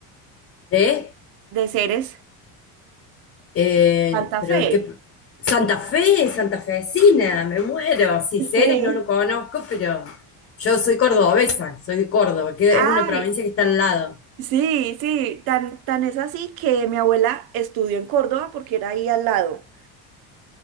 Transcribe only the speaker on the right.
de Ceres,
Santa
Fe.
Sí.
Ay,
sí, sí, tan, tan es así que mi abuela estudió en Córdoba porque era ahí al lado.